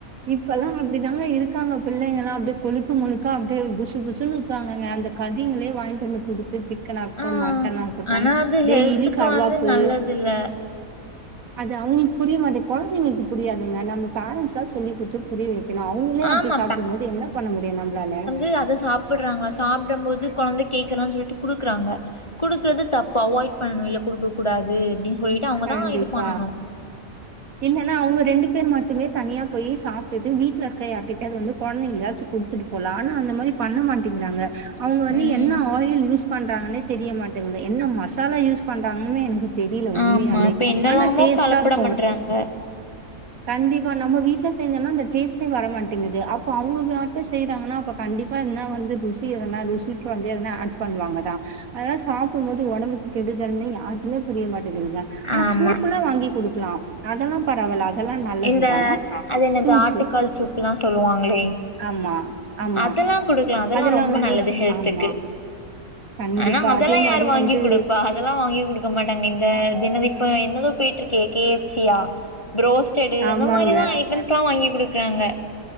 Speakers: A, on the right (about 75°); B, on the left (about 25°).
A: இப்பல்லா அப்டிதாங்க இருக்காங்க பிள்ளைங்கல்லா அப்டி கொழுக்கு மொழுக்கா அப்டியே புசு புசுன்னு இருப்பாங்கங்க அந்த கதிங்களே வாங்ட்டு வந்து குடுத்துச்சு சிக்கன் ஆகட்டும்
B: ஆ
A: மட்டன் ஆகட்டும்
B: ஆனா அது
A: டெய்லி
B: ஹெல்த்துக்கு
A: கவ்வாப்பு
B: வந்து நல்லது இல்ல
A: அது அவங்ளுக்கு புரிய மாட்டே கொழந்தைங்களுக்கு புரியாதுங்க நம்ம பேரன்ஸ்தா சொல்லி குட்த்து புரிய வைக்கணு அவங்ளே
B: ஆமா
A: அப்டி சாப்டும் போது என்ன பண்ண முடியு நம்ப்ளால
B: து அத சாப் பிடுறாங்களா சாப்டும் போது கொழந்த கேக்குறான் சொல்ட்டு குடுக்குறாங்க குடுக்குறது தப்பு அவாய்ட் பண்ணணு இல்ல குடுக்க கூடாது அப்டின் சொல்லிட்டு அவங்கதா
A: கண்டிப்பா.
B: இது பண்ணணு
A: இல்லன்னா அவங்க ரெண்டு பேர் மட்டுமே தனியா போய் சாப்ட்டுட்டு வீட்ல இருக்க யார் கிட்ட யாது வந்து கொழந்தைங்களாயாச்சி குடுத்துட்டு போலா ஆனா அந்த மாரி பண்ண மாட்டேங்கிறாங்க அவங்க வந்து
B: ம்
A: என்ன ஆயில் யூஸ் பண்றாங்கன்னே தெரிய மாட்டேங்குது என்ன மசாலா யூஸ் பண்றாங்கன்னே எனக்கு தெரியல உண்மையாலே
B: ஆமா இப்ப என்னெல்லாமோ
A: ஆனா டேஸ்ட்டா
B: கலப்படம்
A: இருக்கு
B: பண்றாங்க
A: கண்டிப்பா நம்ம வீட்ல செஞ்சோனா அந்த டேஸ்ட்டே வர மாட்டேங்குது அப்ப அவங்க மட்டு செய்றாங்கன்னா அப்ப கண்டிப் பனா வந்து ருசி எதுனா ருசிக்கு வந்து எதுனா ஆட் பண்ணுவாங்கதா அதலா சாப்டும்போது ஒடம்புக்கு கெடுதல்ன்னு யாருக்குமே தெரிய மாட்டேங்குங்க ஆனா
B: ஆமா
A: சூப்புல்லா வாங்கி குடுக்கலா அதெல்லாம் பரவால அதெல்லா நல்லதுதா
B: இந்த அது என்னது
A: சூப்பு
B: ஆட்டுக்கால் சூப்லா சொல்லுவாங்களே
A: ஆமா ஆமா
B: அதெல்லா குடுக்கலா
A: அதெல்லா
B: ரொம்ப
A: வந்து
B: நல்லது ஹெல்த்துக்கு
A: ஆமா கண்டிப்பா.
B: ஆனா அதெல்லா
A: அதே
B: யாரு
A: மாரி
B: வாங்கி்
A: வந்து
B: குடுப்பா அதெல்லா வாங்கி குடுக்க மாட்டாங்க இந்த தினதி இப்ப என்னதோ போயிட்டு இருக்கே கே எஃப் சியா புரோஸ்டடு
A: ஆமாங்க.
B: அந்த மாரிதா ஐட்டம்ஸ்ல்லா வாங்கி குடுக்குறாங்க